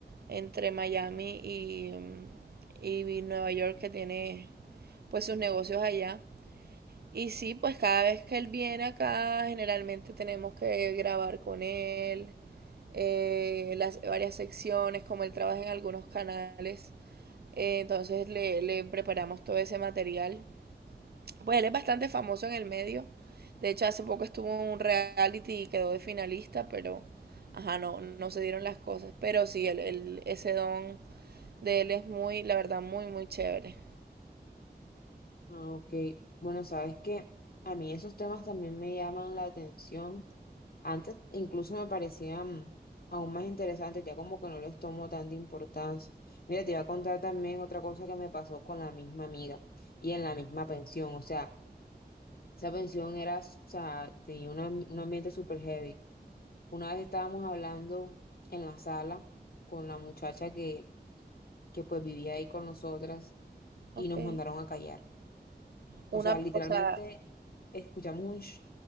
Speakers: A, on the right; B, on the left.
A: entre Miami y, y Nueva York, que tiene pues sus negocios allá. Y sí, pues cada vez que él viene acá, generalmente tenemos que grabar con él, eh, las varias secciones, como él trabaja en algunos canales, eh, entonces le, le preparamos todo ese material. Pues él es bastante famoso en el medio. De hecho, hace poco estuvo en un reality y quedó de finalista, pero ajá, no, no se dieron las cosas. Pero sí, el, el- ese don de él es muy, la verdad, muy, muy chévere.
B: Ah, Ok, bueno, sabes que a mí esos temas también me llaman la atención Antes incluso me parecían aún más interesantes, ya como que no les tomo tanta importancia. Mira, te iba a contar también otra cosa que me pasó con la misma amiga y en la misma pensión. O sea, esa pensión era, o sea, tenía un un ambiente súper heavy. Una vez estábamos hablando en la sala con la muchacha que, que pues vivía ahí con nosotras y
A: Okay.
B: nos mandaron a callar. O
A: Una,
B: sea, literalmente
A: o sea,
B: escuchamos un sh